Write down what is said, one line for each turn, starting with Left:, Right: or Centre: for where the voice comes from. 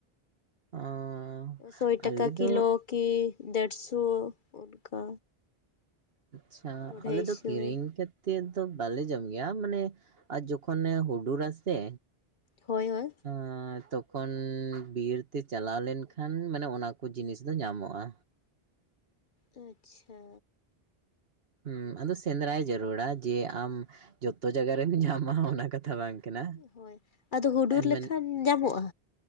Right: ᱚᱸᱻ
Left: ᱥᱚᱭ ᱴᱟᱠᱟ
Right: ᱟᱞᱮ
Left: ᱠᱤᱞᱳ
Right: ᱫᱚ
Left: ᱠᱤ ᱰᱮᱲᱥᱚ ᱚᱱᱠᱟ᱾
Right: ᱟᱪᱪᱷᱟ
Left: ᱟᱹᱲᱟᱹᱭᱥᱚ
Right: ᱟᱞᱮ ᱫᱚ ᱠᱤᱨᱤᱧ ᱛᱮ ᱛᱮᱫ ᱫᱚ ᱵᱟᱞᱮ ᱡᱚᱢ ᱜᱮᱭᱟ ᱢᱟᱱᱮ ᱟᱨ ᱡᱚᱠᱷᱚᱱᱮ ᱦᱩᱰᱩᱨ ᱟᱥᱮ
Left: ᱦᱳᱭ ᱦᱳᱭ᱾
Right: ᱦᱚᱸ ᱛᱚᱠᱷᱚᱱ ᱵᱤᱨ ᱛᱮ ᱪᱟᱞᱟᱣ ᱞᱮᱱ ᱠᱷᱟᱱ ᱢᱟᱱᱮ ᱚᱱᱟ ᱠᱚ ᱡᱤᱱᱤᱥ ᱫᱚ ᱧᱟᱢᱚᱜᱼᱟ᱾
Left: ᱚ ᱟᱪᱪᱷᱟ᱾
Right: ᱦᱩᱸ ᱟᱫᱚ ᱥᱮᱸᱫᱽᱨᱟᱭ ᱡᱟᱨᱩᱲᱟ ᱡᱮ ᱟᱢ ᱡᱚᱛᱚ ᱡᱟᱭᱜᱟ ᱨᱮᱢ ᱧᱟᱢᱟ ᱚᱱᱟ ᱠᱟᱛᱷᱟ ᱵᱟᱝ ᱠᱟᱱᱟ
Left: ᱦᱳᱭ ᱟᱫᱚ ᱦᱩᱰᱩᱨ ᱞᱮᱠᱷᱟᱱ
Right: ᱢᱮᱱ
Left: ᱧᱟᱢᱚᱜ-ᱟ᱾